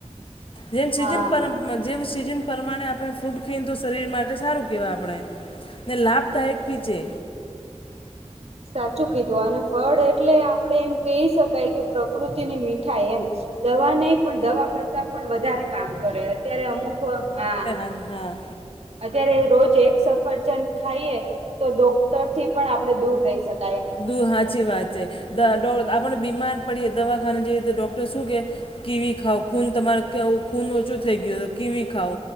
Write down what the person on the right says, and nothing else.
હા
સાચું કીધું અને ફળ એટલે આપણેે એમ કહી શકાય કે પ્રકૃતિની મીઠાઈ એમ. દવા નહી પણ દવા કરતા પણ વધારે કામ કરે અત્યારે અમુક હા.
અત્યારે રોજ એક સફરજન ખાઈએ તો ડોક્ટર થી પણ આપણે દૂર રહી શકીએ.